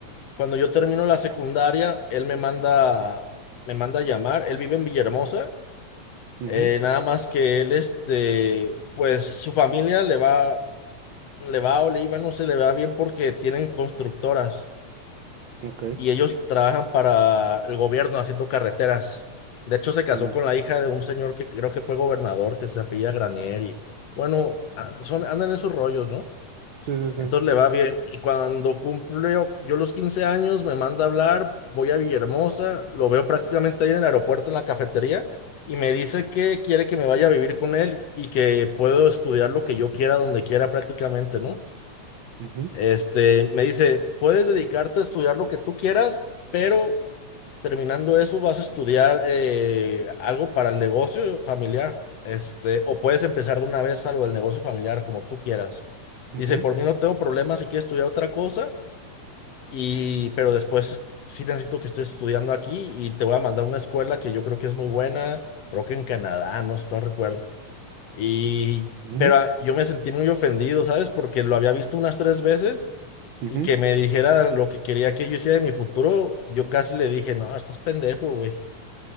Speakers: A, on the left (about 65°); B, on the right (about 75°).
A: cuando yo termino la secundaria, él me manda me manda a llamar. Él vive en Villahermosa.
B: ujú,
A: eh, nada más que él, este, pues su familia le va. Le va o le iba, no se le va bien porque tienen constructoras
B: Ok.
A: y ellos trabajan para el gobierno haciendo carreteras. De hecho, se casó
B: Mm,
A: con la hija de un señor que creo que fue gobernador, que se apellida Granier y bueno, a- son, andan en esos rollos, ¿no?
B: Sí, sí, sí.
A: Entonces le va bien. Y cuando cumple yo, yo los 15 años, me manda a hablar, voy a Villahermosa, lo veo prácticamente ahí en el aeropuerto, en la cafetería, y me dice que quiere que me vaya a vivir con él y que puedo estudiar lo que yo quiera, donde quiera prácticamente, ¿no?
B: Ujú,
A: Este, me dice, puedes dedicarte a estudiar lo que tú quieras, pero terminando eso vas a estudiar eh, algo para el negocio familiar. Este, o puedes empezar de una vez algo del negocio familiar, como tú quieras.
B: ujú,
A: Dice, por mí no tengo problema si quieres estudiar otra cosa, y, pero después sí necesito que estés estudiando aquí y te voy a mandar a una escuela que yo creo que es muy buena, creo que en Canadá, no, no recuerdo. Y,
B: ujú,
A: pero ah, yo me sentí muy ofendido, ¿sabes? Porque lo había visto unas tres veces
B: ujú,
A: y que me dijera lo que quería que yo hiciera de mi futuro, yo casi le dije, no, estás pendejo, güey.